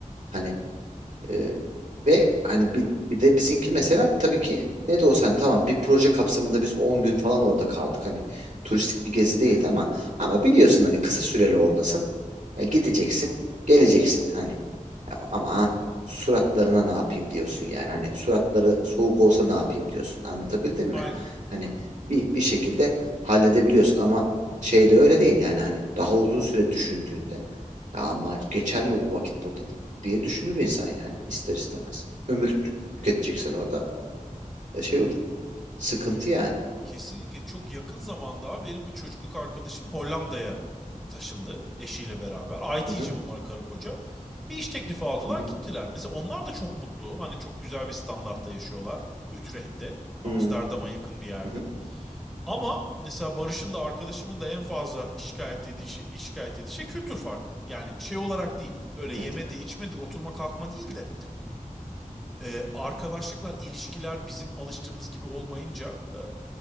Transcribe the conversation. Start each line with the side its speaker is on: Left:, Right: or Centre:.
Right: hani Ee, ve hani bir, bir de bizimki mesela tabii ki ne de olsa hani tamam bir proje kapsamında biz 10 gün falan orada kaldık. Hani turistik bir gezi değildi ama ama biliyorsun hani kısa süreli oradasın. Ya gideceksin, geleceksin hani. Ama aman suratlarına ne yapayım diyorsun yani. Hani suratları soğuk olsa ne yapayım diyorsun. Anlatabildim mi?
Centre: Aynı.
Right: Hani
Centre: Aynı.
Right: bir bir şekilde halledebiliyorsun ama şey de öyle değil yani hani daha uzun süre düşündüğünde ya ama geçer mi bu vakit burada? diye düşünür insan yani ister istemez. Ömür tü- tüketeceksen orada e, şey olur. Sıkıntı yani.
Centre: Kesinlikle çok yakın zamanda abi benim bir çocukluk arkadaşım Hollanda'ya taşındı eşiyle beraber. IT'ci
Right: Hı hı
Centre: bunlar karı koca. Bir iş teklifi aldılar
Right: hı hı
Centre: gittiler. Mesela onlar da çok mutlu. Hani çok güzel bir standartta yaşıyorlar. Utrecht'te. Amsterdam'a
Right: hı
Centre: yakın bir yerde.
Right: hı. hı.
Centre: Ama mesela Barış'ın da arkadaşımın da en fazla şikayet dediği şey, şikayet ettiği şey kültür farkı. Yani şey olarak değil. Böyle yemedir,
Right: Ne tabii.
Centre: içmedir, oturma kalkma değil de e, arkadaşlıklar, ilişkiler bizim alıştığımız gibi olmayınca e,